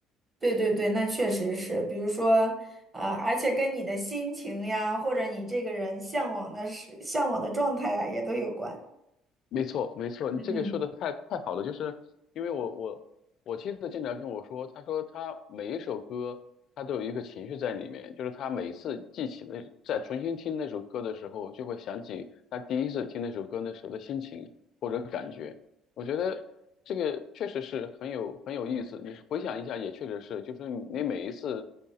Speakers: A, on the right; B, on the left.
A: 对对对，那确实是，比如说啊，而且跟你的心情呀，或者你这个人向往的是向往的状态呀，也都有关。
B: 没错，没错，你这个说的太太好了，
A: 嗯。
B: 就是因为我我我妻子经常跟我说，她说她每一首歌，她都有一个情绪在里面，就是她每次记起那，在重新听那首歌的时候，就会想起她第一次听那首歌那时候的心情或者感觉。我觉得这个确实是很有很有意思。你回想一下，也确实是，就是你你每一次，